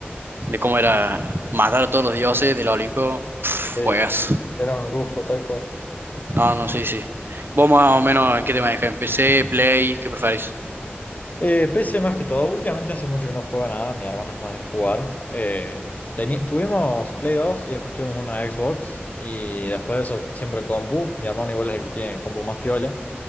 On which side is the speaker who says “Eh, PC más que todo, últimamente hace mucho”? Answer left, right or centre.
Left